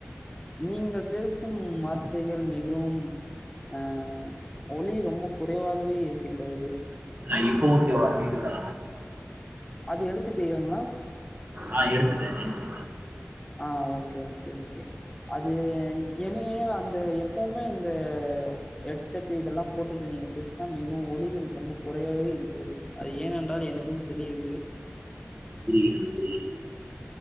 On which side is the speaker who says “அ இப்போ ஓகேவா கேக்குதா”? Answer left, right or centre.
Right